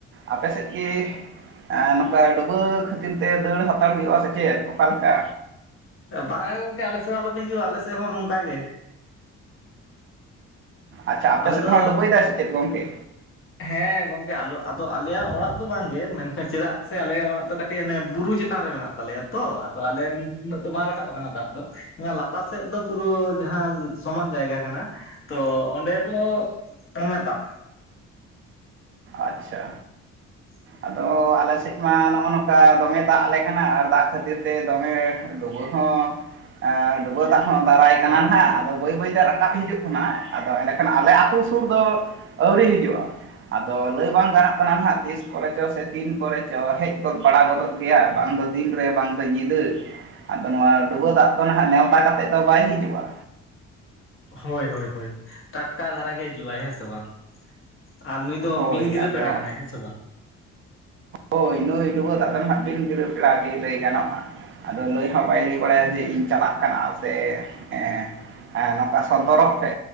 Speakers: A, on the right; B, on the left.
A: ᱟᱯᱮ ᱥᱮᱡ ᱜᱮ? ᱮ ᱱᱚᱝᱠᱟ ᱰᱩᱵᱟᱹᱣ ᱠᱷᱟᱹᱛᱤᱨ ᱛᱮ ᱫᱟᱹᱲ ᱦᱟᱛᱟᱲ ᱦᱩᱭᱩᱜ-ᱟ ᱥᱮ ᱪᱮᱫ ᱚᱠᱟ ᱞᱮᱠᱟ?
B: ᱵᱟᱝᱟ ᱜᱚᱝᱠᱮ ᱟᱞᱮ ᱥᱮᱫ ᱦᱚᱸ ᱟᱞᱚᱯᱮ ᱦᱤᱡᱩᱜ-ᱟ ᱟᱞᱮ ᱥᱮᱫ ᱦᱚᱸ ᱱᱚᱝᱠᱟ ᱜᱮ
A: ᱟᱪᱪᱷᱟ ᱟᱯᱮ
B: ᱟᱞᱮ
A: ᱥᱮᱫ
B: ᱫᱚ
A: ᱦᱚᱸ ᱰᱩᱵᱟᱹᱭ ᱮᱫᱟᱭ ᱥᱮ ᱪᱮᱫ ᱜᱚᱝᱠᱮ?
B: ᱦᱮᱸ ᱜᱚᱝᱠᱮ ᱟᱞᱚ ᱟᱫᱚ ᱟᱞᱮᱭᱟᱜ ᱚᱲᱟᱜ ᱫᱚ ᱵᱟᱝᱜᱮ ᱢᱮᱱᱠᱷᱟᱱ ᱪᱮᱫᱟᱜ ᱥᱮ ᱟᱞᱮᱭᱟᱜ ᱚᱲᱟᱜ ᱫᱚ ᱠᱟᱹᱴᱤᱡ ᱚᱱᱮ ᱵᱩᱨᱩ ᱪᱮᱛᱟᱱ ᱨᱮ ᱢᱮᱱᱟᱜ ᱛᱟᱞᱮᱭᱟ ᱛᱚ ᱟᱫᱚ ᱟᱞᱮ ᱩᱱᱟᱹᱜ ᱫᱚ ᱵᱟᱝ ᱨᱟᱠᱟᱵᱽ ᱟᱠᱟᱱᱟ ᱫᱟᱜ ᱫᱚ᱾ ᱚᱱᱟ ᱞᱟᱛᱟᱨ ᱥᱮᱫ ᱫᱚ ᱯᱩᱨᱟᱹ ᱡᱟᱦᱟᱸ ᱥᱚᱢᱟᱱ ᱡᱟᱭᱜᱟ ᱠᱟᱱᱟ, ᱛᱚ ᱚᱸᱰᱮ ᱫᱚ ᱫᱚᱢᱮ ᱫᱟᱜ᱾
A: ᱟᱪᱪᱷᱟ᱾
B: <inaudible>
A: ᱟᱫᱚ ᱟᱞᱮ ᱥᱮᱫ ᱢᱟ ᱱᱚᱜ-ᱚ ᱱᱚᱝᱠᱟ ᱫᱚᱢᱮ ᱫᱟᱜ ᱟᱞᱮ ᱠᱟᱱᱟ ᱟᱨ ᱫᱟᱜ ᱠᱷᱟᱹᱛᱤᱨ ᱛᱮ ᱫᱚᱢᱮ ᱛᱩᱵᱩ ᱨᱮᱦᱚᱸ᱾ ᱮ ᱰᱩᱵᱟᱹᱣ ᱫᱟᱜ ᱦᱚᱸ ᱫᱟᱨᱟᱭ ᱠᱟᱱᱟ ᱱᱟᱦᱟᱸᱜ ᱟᱫᱚ ᱵᱟᱹᱭ ᱵᱟᱹᱭᱛᱮ ᱨᱟᱠᱟᱵᱽ ᱦᱤᱡᱩᱜ ᱠᱟᱱᱟ ᱟᱫᱚ ᱢᱮᱱᱠᱷᱟᱱ ᱟᱞᱮ ᱟᱹᱛᱩ ᱥᱩᱨ ᱫᱚ ᱟᱹᱣᱨᱤ ᱦᱤᱡᱩᱜ-ᱟ ᱟᱫᱚ ᱞᱟᱹᱭ ᱵᱟᱝ ᱜᱟᱱᱚᱜ ᱠᱟᱱᱟ ᱱᱟᱦᱟᱸᱜ ᱛᱤᱥ ᱠᱚᱨᱮ ᱪᱚ ᱥᱮ ᱛᱤᱱ ᱠᱚᱨᱮ ᱪᱚ ᱦᱮᱡ ᱵᱟᱲᱟ ᱜᱚᱫᱚᱜ ᱜᱮᱭᱟ ᱟᱨ ᱵᱟᱝ ᱫᱚ᱾ ᱫᱤᱱ ᱨᱮ ᱵᱟᱝ ᱫᱚ ᱧᱤᱫᱟᱹ, ᱟᱫᱚ ᱱᱚᱣᱟ ᱰᱩᱵᱟᱹᱣ ᱫᱟᱜ ᱫᱚ ᱱᱟᱦᱟᱸᱜ ᱱᱮᱣᱛᱟ ᱠᱟᱛᱮᱫ ᱫᱚ ᱵᱟᱭ ᱦᱤᱡᱩᱜ-ᱟ᱾
B: ᱦᱳᱭ ᱦᱳᱭ ᱦᱳᱭ ᱴᱟᱴᱠᱟ ᱫᱷᱟᱨᱟ ᱜᱮ ᱦᱤᱡᱩᱜ ᱟᱭ ᱦᱮᱸ ᱥᱮ ᱵᱟᱝ᱾ ᱟᱨ ᱱᱩᱭ ᱫᱚ
A: ᱦᱳᱭ
B: ᱵᱤᱱ ᱜᱤᱨᱟᱹ
A: ᱟᱫᱚ
B: ᱯᱮᱲᱟ ᱠᱟᱱᱟᱭ ᱦᱮᱸ ᱥᱮ ᱵᱟᱝ᱾
A: ᱦᱳᱭ ᱱᱩᱭ ᱰᱩᱵᱟᱹᱣ ᱫᱟᱜ ᱫᱚ ᱦᱟᱸᱜ ᱵᱤᱱ ᱜᱤᱨᱟᱹ ᱯᱮᱲᱟ ᱜᱮ ᱞᱟᱹᱭ ᱜᱟᱱᱚᱜ-ᱟ᱾ ᱟᱫᱚ ᱞᱟᱹᱭ ᱦᱚᱸ ᱵᱟᱭ ᱞᱟᱹᱭ ᱵᱟᱲᱟᱭᱟ ᱡᱮ ᱤᱧ ᱪᱟᱞᱟᱜ ᱠᱟᱱᱟ ᱥᱮ ᱦᱮᱸ ᱱᱚᱝᱠᱟ ᱥᱚᱱᱛᱚᱨᱚᱜ ᱯᱮ,